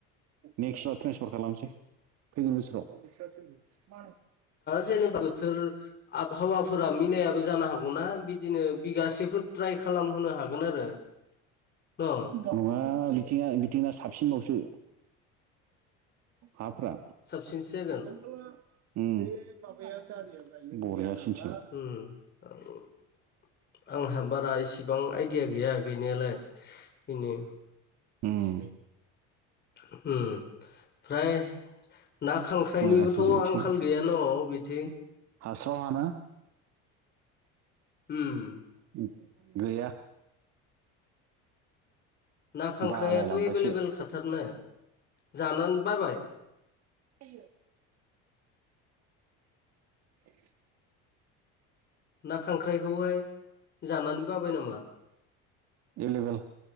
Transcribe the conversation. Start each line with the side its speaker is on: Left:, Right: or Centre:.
Right: नेक्स्ट्रा ट्रेन्सफार खालामसै फैगोन बोसोराव।
Left: जेनेबा बोथोर आबहावाफोरा मिलायाबो जानो हागौना बिदिनो बिगासेफोर ट्राइ खालामहोनो हागोन आरो न
Right: नङा बिथिंङा बिथिंना साबसिनबावसो हाफ्रा।
Left: साबसिनसो जागोन
Right: उम्म बरियासिनोसो।
Left: उम्म। <inaudible> आंहा बारा इसिबां आइदिया गैया गैनायालाय बेनो।
Right: उम्म।
Left: उम्म। ओमफ्राय ना खांख्राइनिबोथ'
Right: मोजांसिनसो बिथिंना
Left: आंखाल गैया न' अबेथिं?
Right: हास्राव हाना
Left: उम्म।
Right: <inaudible> गैया।
Left: ना खांख्रायाथ'
Right: बालायलांबायसो
Left: एभेलेबेल खााथारनाय ने जानानै बाबाय।
Right: <unintelligible> <inaudible>
Left: ना खांख्राइखौहाय जानानै बाबाय नामा?
Right: ए लेबेल <inaudible>